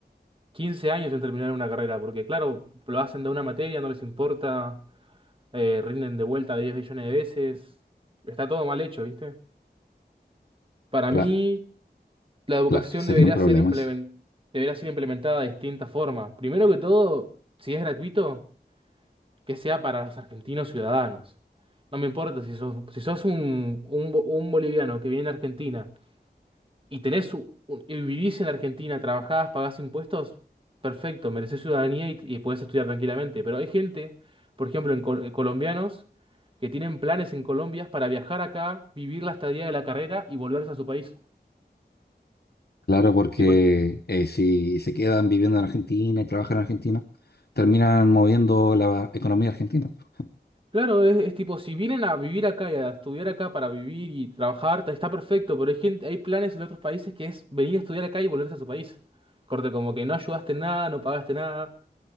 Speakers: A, on the right; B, on the left.
A: 15 años en terminar una carrera, porque claro, lo hacen de una materia, no les importa. eh, rinden de vuelta 10 billones de veces. Está todo mal hecho, ¿viste? Para
B: claro,
A: mí, la educación
B: claro, sería
A: debería
B: un problema
A: ser implemen-
B: eso.
A: debería ser implementada de distintas formas. Primero que todo, si es gratuito, que sea para los argentinos ciudadanos. No me importa si sos, si sos un, un bo- un boliviano que viene a Argentina y tenés u- un- y vivís en Argentina, trabajás, pagás impuestos, perfecto, merecés ciudadanía y, y podés estudiar tranquilamente. Pero hay gente, por ejemplo, en col- colombianos, que tienen planes en Colombia para viajar acá, vivir la estadía de la carrera y volverse a su país.
B: Claro, porque
A: Tipo esto.
B: eh, si se quedan viviendo en Argentina y trabajan en Argentina, terminan moviendo la economía argentina. pues,
A: Claro, es, es tipo, si vienen a vivir acá y a estudiar acá para vivir y trabajar, ta- está perfecto, pero hay gente, hay planes en otros países que es venir a estudiar acá y volverse a su país. Corte, como que no ayudaste en nada, no pagaste nada